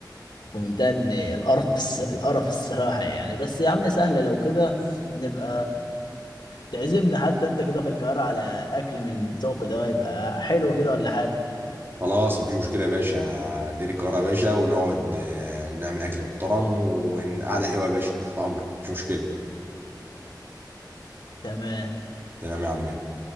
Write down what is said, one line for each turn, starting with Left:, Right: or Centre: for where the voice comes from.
Left: في منتهى إن القرف الص- القرف الصراحه يعني بس يا عم سهله لو كده نبقى تعزمنا حتى انت كده في القاهره على اكل من بتوعك ده يبقى حلو كده ولا حاجه
Right: خلاص مفيش مشكله يا باشا ندير القاهره يا باشا ونقعد آه، نعمل اكل محترم وقعده حلوه يا باشا تحت امرك مفيش مشكله
Left: تمام
Right: تمام يا عمنا